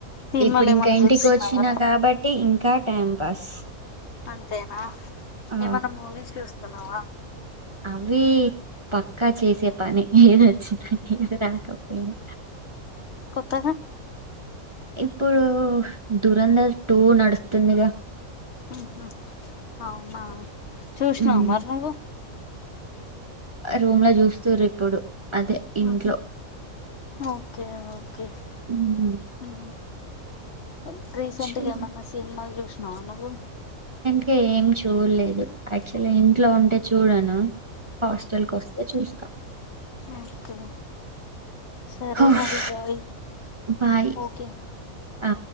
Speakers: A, on the left; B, on the right.
A: సినిమాలు
B: ఇప్పుడు ఇంకా
A: ఏమన్నా
B: ఇంటికి
A: చూస్తున్నావా
B: ఓచ్చినా కాబట్టి ఇంకా టైం పాస్
A: అంతేన
B: ఆ
A: ఏమన్న మూవీస్ చూస్తున్నావ
B: అవి పక్కా చేసే పని ఏదొచ్చిది ఏది రాకపోయినా
A: తగ
B: ఇప్పుడు దురంధర్ టూ నడుస్తుందిగా
A: ఊహు అవునా చూశానావా
B: మ్మ్
A: మరీ నువు
B: ఆ రూమ్ ల చూస్త్ర ఇప్పుడు అదే ఇంట్లో
A: ఆహా ఓకే ఓకే
B: మ్మ్
A: ఉ ఎం రీసెంట్గ
B: చూ
A: ఏమన్న సినిమాలు చూషినవ నువ్వు
B: కే ఏం చూడ్లేదు యాక్చువలీ నేన్ ఇంట్లో ఉంటే చూడను. హాస్టల్ కోస్తే చూస్తాం
A: ఓకే సరే
B: అహ్
A: మరి బాయ్
B: బాయ్
A: ఓకే
B: ఆ